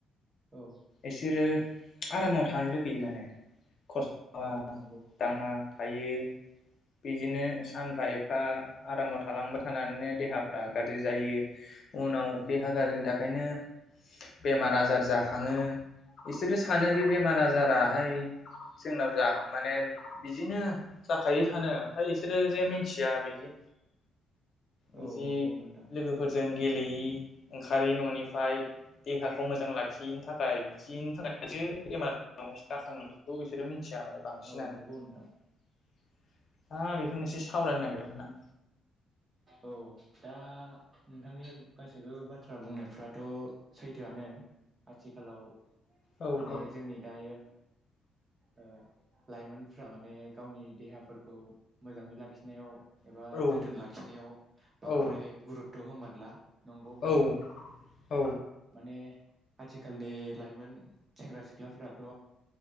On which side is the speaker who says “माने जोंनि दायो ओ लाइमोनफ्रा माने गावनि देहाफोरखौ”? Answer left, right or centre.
Right